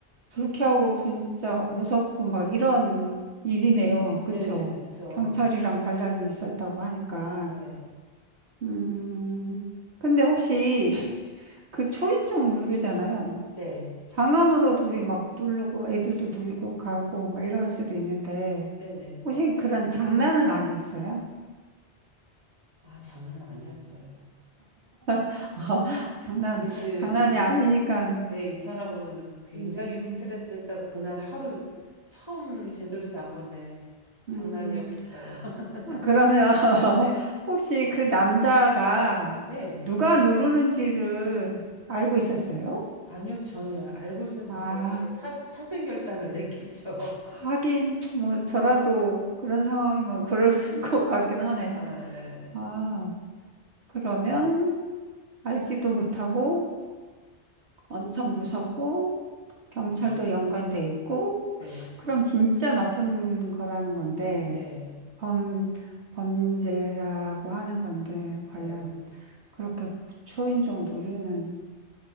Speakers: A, on the right; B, on the right.
A: 불쾌하고 진짜 무섭고 막 이런 일이네요.
B: 네네,
A: 그쵸?
B: 그죠.
A: 경찰이랑 관련이 있었다고 하니까.
B: 네,
A: 음, 근데 혹시 그 초인종 누르잖아요.
B: 네,
A: 장난으로도 우리 막 누르고 애들도 누르고 가고 막 이럴 수도 있는데
B: 어, 네네.
A: 혹시 그런 장난은 아니었어요?
B: 아, 장난 아니었어요.
A: <laughs> 장난
B: 이, 이,
A: 장난이 아니니까
B: 이, 예, 이 사람은 굉장히
A: 음,
B: 스트레스 했다. 그날 하루 처음 제대로 잔 건데 장난이었겠어요.
A: 음
B: <laughs>
A: 아, 그러면 <laughs>
B: 네,
A: 혹시 그 남자가
B: 네.
A: 누가 누르는지를 알고 있었어요?
B: 아니요, 전혀. 알고 있었으면
A: 아,
B: 어떻게 사, 사생결단을 냈겠죠.
A: 하긴 뭐 저라도 그런 상황이면 그럴 <laughs> 것 같긴 하네요.
B: <laughs> 아, 네,
A: 아, 그러면 알지도 못하고 엄청 무섭고 경찰도
B: 네,
A: 연관돼 있고
B: 네,
A: 그럼 진짜 나쁜 거라는 건데
B: 네,
A: 범 범죄라고 하는 건데
B: 네,
A: 과연 그렇게 초인종 누르는